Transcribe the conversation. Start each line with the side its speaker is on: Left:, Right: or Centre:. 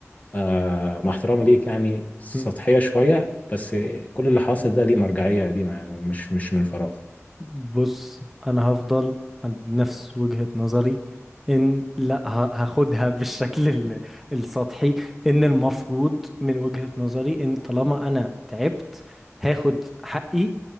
Left: آه مع احترامي ليك يعني سطحية
Centre: مم.
Left: شوية بس كل اللي حاصل ده ليه مرجعية قديمة يعني مش مش من فراغ
Centre: بص انا هفضل عند نفس وجهة نظري ان لا ه- هاخدها <laughs> بالشكل ال- السطحي ان المفروض من وجهة نظري ان طالما انا تعبت هاخد حقي